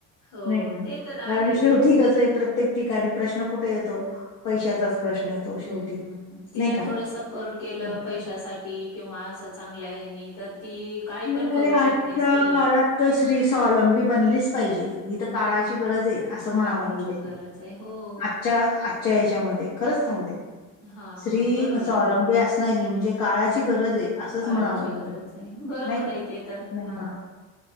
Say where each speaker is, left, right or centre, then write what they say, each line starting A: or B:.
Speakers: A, on the left; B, on the left.
A: हो
B: नाही का
A: ते तर आहे
B: कारण शेवटी
A: ना.
B: कस प्रत्येक- प्रत्येक ठिकाणी प्रश्न कुठे येतो? पैशाचाच प्रश्न- येतो
A: हम्म
B: शेवटी
A: ह तिला
B: नाही का
A: थोड सपोर्ट केलं
B: असं
A: पैशा- साठी किंवा अस चांगल्या आहे नी तर ती- काय
B: अरे
A: पण करू
B: आजच्या
A: शकते स्त्री.
B: काळात तर स्त्री स्वलंबी बनलीच पाहिजे ही तर- काळाची गरज आहे असं म्हणावं
A: काळाची
B: लागेल
A: गरज आहे हो.
B: आजच्या आज- आजच्या याच्या मध्ये खरंच सांगते-
A: हां,
B: स्त्री
A: बरोबर
B: स्वावलंबी
A: आहे ना.
B: असणं हे म्हणजे काळाची गरज आहे असंच
A: काळाची
B: म्हणावं लागेल-
A: गरज बरोबर
B: नाही
A: आहे
B: का?
A: ते तर,
B: नाही
A: हा
B: का